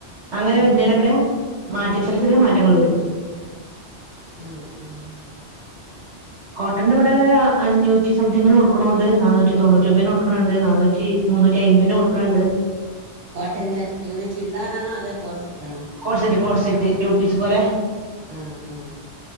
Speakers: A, on the right; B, on the right.
A: അങ്ങനെ വെരുന്നേനൊക്കെ
B: ആഹ്
A: മാറ്റ്,
B: ആഹ്
A: ചെറിയ ചെറിയ മാറ്റങ്ങൾ വരും.
B: ആഹ് ആഹ്
A: കോട്ടന്റെ ഇവിടെക്കെ അഞ്ഞൂറ്റ് റ്റി സംതിങ്ങിന് കൊട്ക്ക്ണോണ്ട് നാനൂറ്റി തൊണ്ണൂറ്റൊമ്പയ്ന് കൊട്ക്ക്ണണ്ട് നാനൂറ്റി മുന്നൂറ്റ്യയ്‌ബെയ് ന് കൊട്ക്ക്ണണ്ട്.
B: കോട്ടന്റെ അങ്ങനെ ചുരിദാറാണോ അതോ കോഡ്സെറ്റണോ?
A: കോഡ്സെറ്റ് കോഡ്സെറ്റ് ട്ടു പീസ് പോലെ.
B: ആഹ് ആഹ്